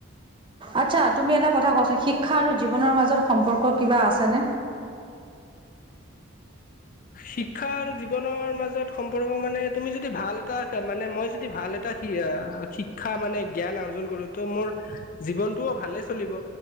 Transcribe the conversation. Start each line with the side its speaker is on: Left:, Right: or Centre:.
Right: আচ্ছা তুমি এটা কথা কোৱাচোন শিক্ষা আৰু জীৱনৰ মাজত সম্পৰ্ক কিবা আছেনে? <inaudible>
Left: শিক্ষা আৰু জীৱনৰ মাজত সম্পৰ্ক মানে তুমি যদি ভাল এটা মানে মই যদি ভাল এটা শি- য়া শিক্ষা মানে জ্ঞান অৰ্জন কৰো ত মোৰ জীৱনটোও ভালে চলিব।